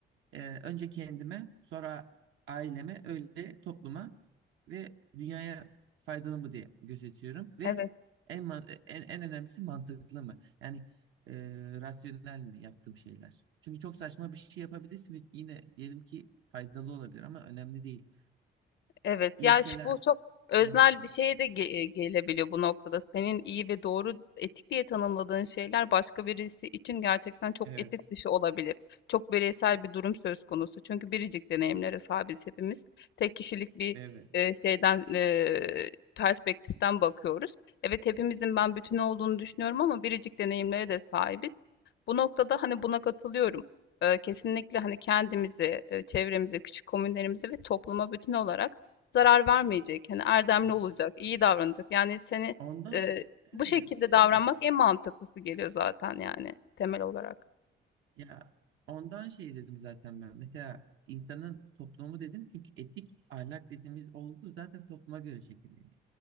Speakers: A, on the right; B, on the left.
A: ee, önce kendime, sonra aileme, öyle topluma ve dünyaya faydalı mı diye gözetiyorum ve
B: Evet.
A: en man- en, en önemlisi mantıklı mı? Yani e, rasyonel mi yaptığım şeyler? Çünkü çok saçma bir şey yapabilirsin ve yine diyelim ki faydalı olabilir ama önemli değil.
B: Evet,
A: İlkeler
B: ya şu- bu çok öznel
A: olması
B: bir
A: gerekiyor.
B: şeye de ge- e, gelebiliyor bu noktada. Senin iyi ve doğru etik diye tanımladığın şeyler başka birisi için gerçekten çok
A: Evet,
B: etik dışı olabilir. Çok bireysel bir durum söz konusu. Çünkü biricik deneyimlere sahibiz hepimiz. Tek kişilik bir
A: evet.
B: e, şeyden e, perspektiften bakıyoruz. Evet hepimizin ben bütün olduğunu düşünüyorum ama biricik deneyimlere de sahibiz. Bu noktada hani buna katılıyorum. E, kesinlikle hani kendimizi, e, çevremizi, küçük komünlerimizi ve topluma bütün olarak zarar vermeyecek, hani erdemli
A: E,
B: olacak, iyi davranacak. Yani seni
A: Ondan
B: eee, bu
A: evet,
B: şekilde davranmak
A: evet.
B: en mantıklısı geliyor zaten yani temel olarak.
A: Ya ondan şey dedim zaten ben. Mesela insanın toplumu dedim çünkü etik ahlak dediğimiz olgu zaten topluma göre şekilleniyor.